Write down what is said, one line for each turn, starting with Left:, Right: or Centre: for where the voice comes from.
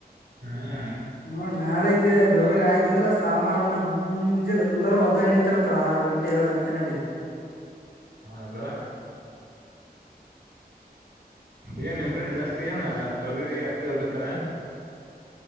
Right: ಹ್ಮ್
Left: ನೋಡಿ ನಾಳೆ ಗೆ ಮರಗ ಆಯ್ತಂದ್ರ ಸಾಮಾರ ದನ ಮುಂಜೆಲಿ ಎಲ್ಲಾರ ಹೊಲ್ದಾಗ ನಿಂತಿರತಾರ ಆರ್ ಗಂಟೆ ಏಳ ಗಂಟೆ ನಟಿಗೆ
Right: ಅದರ ಏನ್ ನಿಮ್ ಕಡೆ ಜಾಸ್ತಿ ಏನ್ ತೊಗರಿ ಅತ್ತೆ ಹೋಗತಾರ ಏನ್